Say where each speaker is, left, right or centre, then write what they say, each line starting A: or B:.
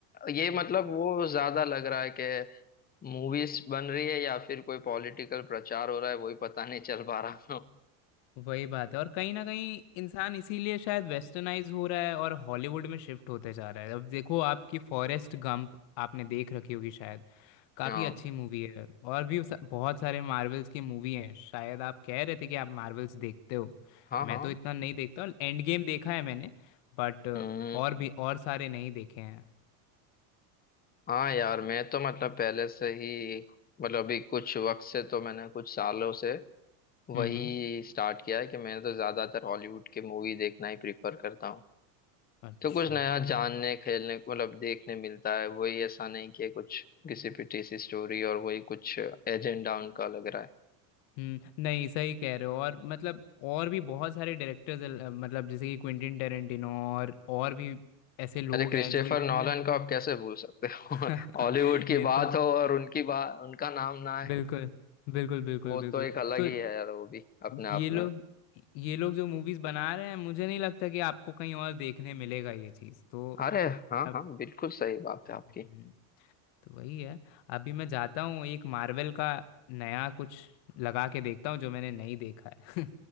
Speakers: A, on the left; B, on the left.
A: ये मतलब वो ज्यादा लग रहा है कि मूवीज बन रही है या फिर कोई पॉलिटिकल प्रचार हो रहा है वही पता नहीं चल पा रहा
B: वही बात है और कहीं ना कहीं इंसान इसीलिए शायद वेस्टर्नाइज हो रहा है और हॉलीवुड में शिफ्ट होते जा रहा है अब देखो आपकी फॉरेस्ट गंप आपने देख रखी होगी शायद काफ़ी
A: <laughs> हाँ
B: अच्छी मूवी है और भी सा- बहुत सारे मार्वल्स की मूवी हैं शायद आप कह रहे थे कि आप मार्वल्स देखते हो
A: हाँ हाँ
B: मैं तो इतना नहीं देखता एंड गेम देखा है मैंने बट
A: हम्म
B: और भी और सारे नहीं देखे हैं
A: हाँ यार मैं तो मतलब पहले से ही मतलब अभी कुछ वक्त से तो मैंने कुछ सालों से वही
B: हम्म हम्म,
A: स्टार्ट किया है कि मैं तो ज्यादातर हॉलीवुड की मूवी देखना ही प्रिफर करता हूँ
B: अच्छा
A: तो कुछ नया जानने खेलने को मतलब देखने मिलता है वही ऐसा नहीं कि कुछ किसी पिटी सी स्टोरी और वही कुछ एजेंडा उनका लग रहा है
B: हम्म नहीं सही कह रहे हो और मतलब और भी बहुत सारे डायरेक्टर्स मतलब जैसे कि क्विंटिन टेरेंटिनो और और भी ऐसे लोग
A: अरे क्रिस्टोफर
B: हैं जो इतने
A: नॉलन को आप कैसे भूल सकते हो
B: <laughs>
A: <laughs> हॉलीवुड की
B: ये
A: बात
B: तो
A: हो और उनकी बात उनका नाम ना है
B: बिल्कुल बिल्कुल बिल्कुल
A: वो
B: बिल्कुल
A: तो एक अलग
B: तो
A: ही है यार वो भी अपने आप
B: ये लोग
A: में
B: ये लोग जो मूवीज बना रहे हैं मुझे नहीं लगता कि आपको कहीं और देखने मिलेगा ये चीज़ तो
A: अरे हाँ
B: अब
A: हाँ बिल्कुल सही बात
B: हम्म,
A: है आपकी
B: तो वही है अभी मैं जाता हूँ एक मार्वल का नया कुछ लगा के देखता हूँ जो मैंने नहीं देखा है <laughs>